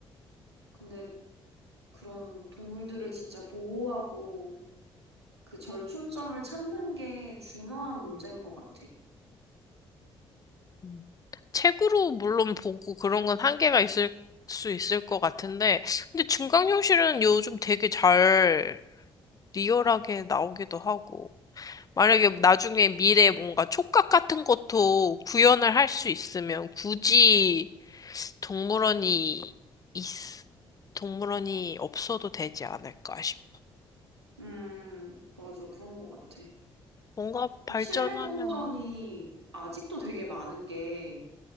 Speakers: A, on the right; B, on the left.
A: 근데 그런 동물들을 진짜 보호하고 그 절충점을 찾는 게 중요한 문제인 것 같아.
B: 음. 책으로 물론 보고 그런 건 한계가 있을 수 있을 것 같은데, 근데 증강현실은 요즘 되게 잘 리얼하게 나오기도 하고. 만약에 나중에 미래에 뭔가 촉각 같은 것도 구현을 할 수 있으면 굳이 동물원이 있, 동물원이 없어도 되지 않을까 싶.
A: 음, 맞아. 그런 것 같아.
B: 뭔가 발전하면
A: 근데 실내 동물원이
B: 막
A: 아직도 되게 많은 게